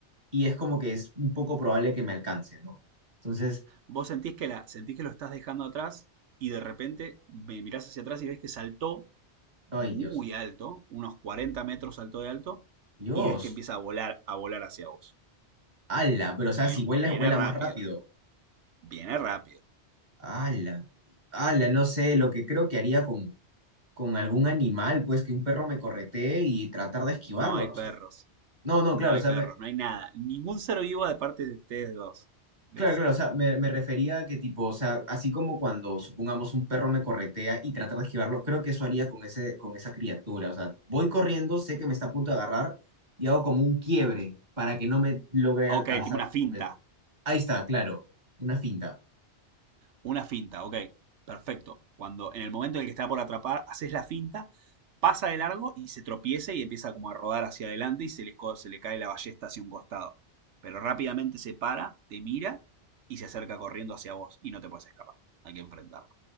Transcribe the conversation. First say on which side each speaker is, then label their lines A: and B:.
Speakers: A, on the right; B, on the right.
A: y es como que es un poco probable que me alcance, ¿no? Entonces,
B: Vos sentís que, la, sentís que lo estás dejando atrás y de repente me mirás hacia atrás y ves que saltó muy
A: ay Dios,
B: alto, unos 40 metros saltó de alto
A: Dios,
B: y ves que empieza a volar, a volar hacia vos.
A: ala, pero o
B: Y
A: sea,
B: bien,
A: si vuelas,
B: viene
A: vuela
B: rápido.
A: más rápido.
B: Viene rápido.
A: Ala, ala, no sé, lo que creo que haría con, con algún animal, pues que un perro me corretee y tratar de esquivarlo,
B: No hay
A: ¿no?
B: perros.
A: O sea, no, no,
B: No
A: claro,
B: hay
A: o sea,
B: perros.
A: me-
B: No hay nada. Ningún ser vivo de parte de ustedes dos. ¿Ves?
A: claro, claro, o sea, me, me refería a que tipo, o sea, así como cuando supongamos un perro me corretea y tratar de esquivarlo, creo que eso haría con ese, con esa criatura. O sea, voy corriendo, sé que me está a punto de agarrar y hago como un quiebre para que no me logre alcanzar
B: Ok, tipo una
A: por
B: finta.
A: completo. Ahí está, claro, una finta.
B: Una finta, ok. Perfecto. Cuando en el momento en el que está por atrapar, haces la finta, pasa de largo y se tropieza y empieza como a rodar hacia adelante y se le, co- se le cae la ballesta hacia un costado. Pero rápidamente se para, te mira y se acerca corriendo hacia vos y no te puedes escapar. Hay que enfrentarlo.